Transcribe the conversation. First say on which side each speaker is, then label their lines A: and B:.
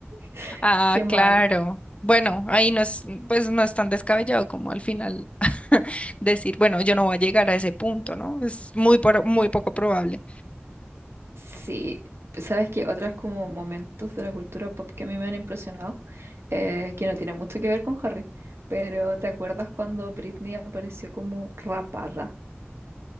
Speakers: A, on the right (about 80°); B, on the left (about 30°).
A: <laughs>
B: Ah,
A: qué mal.
B: claro. Bueno, ahí no es, pues no es tan descabellado como al final <laughs> decir, bueno, yo no voy a llegar a ese punto, ¿no? Es muy, por- muy poco probable.
A: Sí, sabes que otras como momentos de la cultura pop que a mí me han impresionado, eh, que no tienen mucho que ver con Harry, pero ¿te acuerdas cuando Britney apareció como rapada?